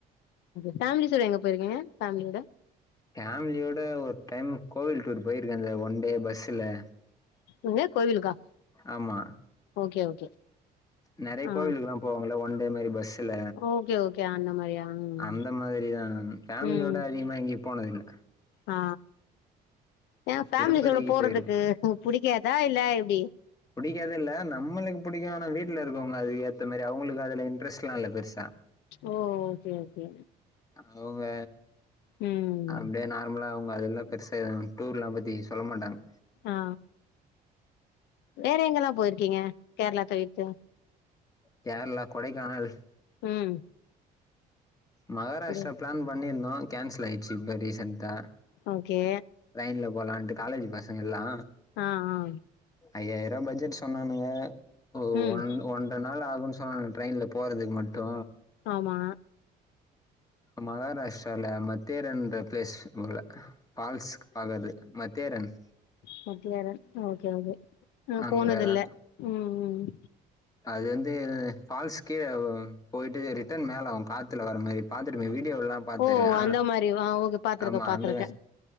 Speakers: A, on the left (about 85°); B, on the left (about 20°).
A: ஃபேம்லிஸ்ஸோட எங்க போய்ருக்கீங்க ஃபேம்லியோட
B: ஃபேம்லியோட ஒர் டைம் கோவில் டூர் போயிருக்கே அந்த ஒன் டே பஸ்ஸுல
A: எங்க கோவிலுக்கா
B: ஆமா
A: ஓகே ஓகே
B: நறைய
A: ஆ
B: கோவிலுக்கல்லா போவாங்கல ஒன்டே மாரி பஸ்ஸுல
A: ஓகே ஓகே அந்த மாரியா ம்
B: அந்த மாரிதா ஃபேம்லியோட
A: ம்
B: அதிகமா எங்கயு போனதில்ல
A: ஆ ஏ ஃபேம்லிஸ்ஸோட
B: திருப்பதிக்கு
A: போறதுக்கு
B: போயிருக்கோ
A: ஒங் புடிக்காதா இல்ல எப்டி
B: புடிக்காதில்ல நம்மளுக்கு புடிக்கு ஆனா வீட்லருக்கோங்கல அதுக்கு ஏத்த மாரி அவுங்களுக்கு அதுல இன்ட்ரெஸ்ட்ல்லா இல்ல பெருசா
A: ஓ ஓகே ஓகே
B: அவுங்க
A: ம்
B: அப்டியே நார்மலா அவுங்க அதெல்லா பெரு டூர்ல்லா பத்தி சொல்ல மாட்டாங்க
A: ஆ வேற எங்கல்லா போய்ருக்கீங்க கேர்ளா தவிர்த்து
B: கேர்ளா கொடைக்கானல்
A: ம்
B: மகாராஷ்ட்ரா
A: ஒரு
B: ப்ளான் பண்ணிருந்தோ கேன்சல் ஆயிர்ச்சு இப்ப ரீசெண்ட்டா
A: ஓகே
B: ட்ரெய்ன்ல போலான்ட்டு காலேஜ் பசங்கெல்லா
A: ஆ ஆ
B: ஐயாயிரூவா பட்ஜெட் சொன்னானுங்க ஒ
A: ம்
B: ஒன் ஒன் ற நாள் ஆகுன் சொன்னாங்க ட்ரெயின்ல போறதுக்கு மட்டு
A: ஆமா
B: மகாராஷ்ட்ரால மத்தேரன்ற ப்ளேஸ் போல ஃபால்ஸ் பாக்கது மத்தேரன்
A: மத்தேரன் ஓகே ஓகே நா
B: அங்கதா
A: போனதில்ல ம் ம்
B: அது வந்து ஃபால்ஸ் கீழ போய்ட்டு ரிட்டன் மேல காத்துல வர மாரி பாத்திருப்பீங்க வீடியோல்லா பாத்துருக்கே
A: ஓ அந்த மாரி ஓகே பாத்துருக்கே
B: ஆமா
A: பாத்துருக்கே
B: அந்த